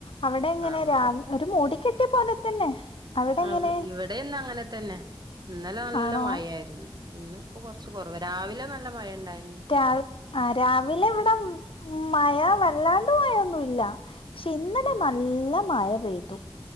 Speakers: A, on the left; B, on the right.
A: അവിടെ എങ്ങനൊ
B: ആഹ്
A: രാ ഒരു മൂടിക്കെട്ടിയ പോലെ തന്നെ അവിടെ
B: അത്
A: എങ്ങനെ
B: ഇവിടെന്ന് അങ്ങനെ തന്നെ ഇന്നലെ നല്ല
A: ആണോ
B: മഴ ആയിരുന്നു. ഇന്ന് ഇപ്പൊ കൊറച്ച് കൊറവ് രാവിലെ നല്ല മഴ ഉണ്ടായിനി.
A: ര ആ രാവിലെ ഇവിടെ ഉ മഴ വല്ലാണ്ട് മഴൊന്നുല്ല പക്ഷെ ഇന്നലെ
B: ആഹ്
A: നല്ല മഴ പെയ്തു